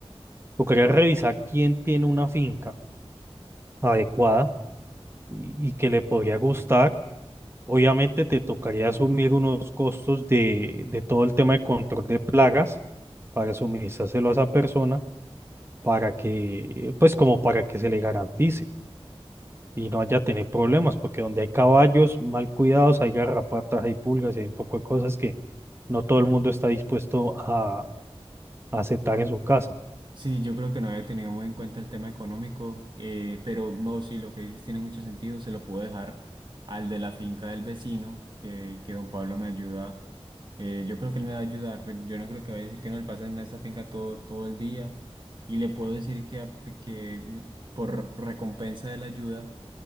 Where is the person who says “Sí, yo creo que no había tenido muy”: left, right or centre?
Right